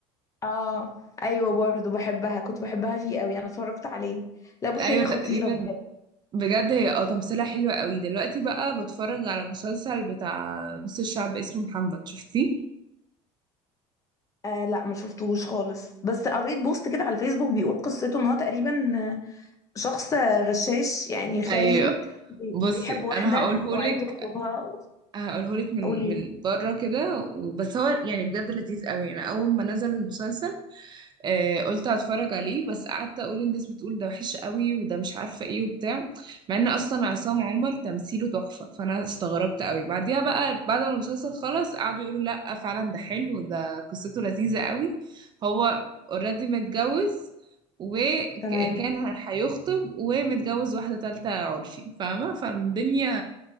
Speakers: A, on the left; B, on the right.
A: اه ايوه برضو بحبها كنت بحبها فيه قوي انا اتفرجت عليه لا بصي
B: ايوه
A: هي
B: تقريبا
A: خطيرة بجد
B: بجد هي اه تمثيلها حلوة قوي دلوقتي بقى بتفرج على مسلسل بتاع نص الشعب اسمه محمد شفتيه
A: آه لا ما شفتهوش خالص بس قريت بوست كده على الفيسبوك بيقول قصته ان هو تقريبا شخص غشاش يعني خاين
B: ايوه
A: بي-
B: بصي
A: بيحب واحدة
B: انا هقولهولك
A: وعايز يخطبها
B: هقولهولك من
A: قولي
B: من بره كده و- بس هو يعني بجد لذيذ قوي انا اول ما نزل المسلسل آه قلت هتفرج عليه بس قعدت اقول الناس بتقول ده وحش قوي وده مش عارفه ايه وبتاع مع ان اصلا عصام عمر تمثيله تحفه فانا استغربت قوي بعديها بقى بعد ما المسلسل خلص قعدوا يقولوا لا فعلا ده حلو ده قصته لذيذه قوي هو اوريدي متجوز وكان
A: تمام
B: هيخطب ومتجوز واحدة تالتة عرفي فاهمة فالدنيا